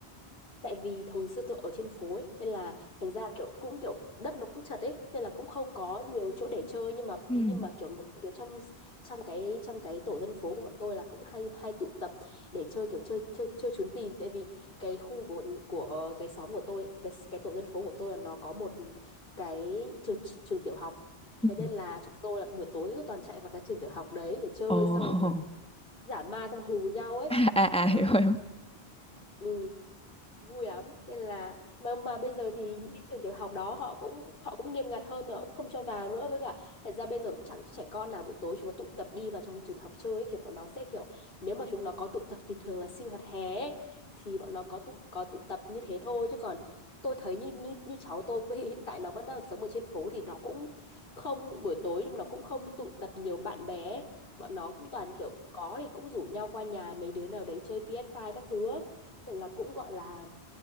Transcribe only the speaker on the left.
tại vì thời xưa tôi ở trên phố ấy, nên là thành ra kiểu cũng kiểu đất nó cũng chật ấy nên là cũng không có nhiều chỗ để chơi nhưng mà
nhưng mà kiểu, kiểu trong trong cái trong cái tổ dân phố của bọn tôi là cũng hay hay tụ tập để chơi kiểu chơi chơi chơi trốn tìm tại vì cái khu của của cái xóm của tôi ấy, cái cái tổ dân phố của tôi là nó có một cái trường trường tiểu học thế
nên là chúng tôi là buổi tối cứ toàn chạy vào cái trường tiểu học đấy để chơi
xong rồi kiểu giả ma xong hù nhau
ấy
rất
là
ừ vui lắm nên là mà mà bây giờ thì những cái trường tiểu học đó họ cũng họ cũng nghiêm ngặt hơn nữa cũng không cho vào nữa với cả thật ra bây giờ cũng chẳng trẻ con nào buổi tối chúng nó tụ tập đi vào trong trường học chơi ấy, kiểu bọn nó sẽ kiểu nếu mà chúng nó có tụ tập thì thường là sinh hoạt hè ấy, thì bọn nó có tụ có tụ tập như thế thôi chứ còn tôi thấy như như như cháu tôi với hiện hiện tại nó vẫn đang sống ở trên phố thì nó cũng không buổi tối nhưng nó cũng không tụ tập nhiều bạn bè ấy. bọn nó cũng toàn kiểu có thì cũng rủ nhau qua nhà mấy đứa nào đấy chơi PS5 các thứ á. Nên là cũng gọi là